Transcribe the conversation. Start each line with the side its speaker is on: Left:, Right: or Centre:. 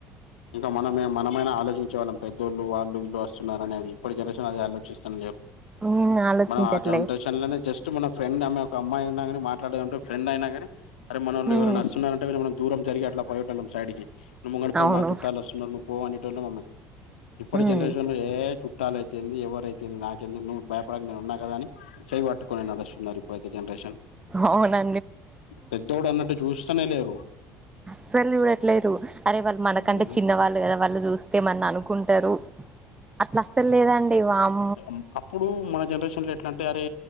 Left: ఇంకా మనమే మనమైనా ఆలోచించే వాళ్ళం పెద్దోళ్ళు వాళ్ళు వీళ్ళు వస్తున్నారు అనేనని ఇప్పటి జనరేషన్ అది ఆలోచిస్త లేరు
Right: ఉమ్ ఆలోచించట్లే
Left: మనం ఆ జనరషన్ లో జస్ టు మన ఫ్రెండ్ అమ్మాయి ఒక అమ్మాయి ఉన్న గాని మాట్లాడంటే ఫ్రెండ్ అయినా గాని అరే మన వొళ్ళు
Right: ఉమ్
Left: ఎవరైనా వస్తున్నారు అంటే <unintelligible> మనం దూరం జరిగి అట్లా పోయేటోళ్ళం సైడ్కి నువ్వు ముంగట పొమ్మ
Right: అవును
Left: చుట్టాలు వస్తున్నారు నువ్ పో అనేటోళ్ళు మమ్మకే ఇప్పుడు
Right: ఉమ్
Left: జనరేషన్ ఏ చు చట్టాలు అయితే ఏంది ఎవరైయితే ఏంది నాకేందుకు నువ్ భయపడక నేను ఉన్నా కద అని చెయ్ పట్టుకొని నడుస్తున్నారు ఇప్పుడుతే జనరేషన్
Right: అవునా
Left: పెద్దోడు అన్నట్టు చూస్తానే లేరు
Right: అస్సలు చూడట్లేరు అరే వాళ్ళు మనకంటే
Left: ఉమ్
Right: చిన్నవాళ్ళు కదా వాళ్ళు చూస్ తేమన్ననుకుంటారు అట్ల అస్సల్ లేరండి వామ్
Left: అం అప్పుడు మన జనరేషన్ లో ఎట్లా అంటే అరే